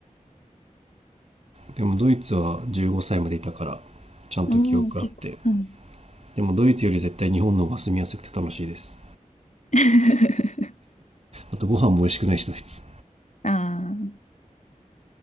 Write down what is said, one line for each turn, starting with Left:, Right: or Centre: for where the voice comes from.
Right: でもドイツは15歳までいたからちゃんと記憶あって
Left: おー、結構。うん。
Right: でもドイツより絶対日本の方が住みやすくて楽しいです
Left: <laughs>
Right: あとご飯も美味しくないしドイツ
Left: ああ、